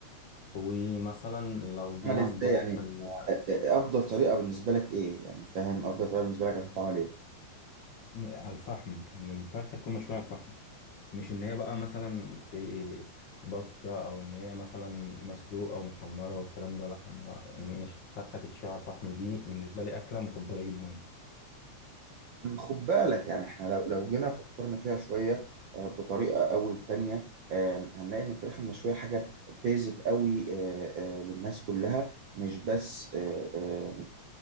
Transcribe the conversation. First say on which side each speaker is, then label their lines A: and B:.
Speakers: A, on the left; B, on the right.
A: ومثلا لو جينا
B: عمل أنا
A: نبص
B: ازاي يعني
A: في ال...
B: آه، آه، آه، افضل طريقه بالنسبه لك ايه يعني فاهم افضل طريقه بالنسبه لك عشان تعمل ايه
A: على الفحم ان الفرخه تكون مشويه على الفحم مش ان هي بقى مثلا في باستا او ان هي مثلا مسلوقه او محمره والكلام ده لا انا مش الفرخه تتشوي على الفحم دي بالنسبه لي اكله مفضله جدا
B: خد بالك يعني احنا لو لو جينا فكرنا فيها شوية آه، بطريقة أو التانية آه، هنلاقي إن الفراخ المشوية حاجة بيزك قوي آه، آه، للناس كلها مش بس آه، آه،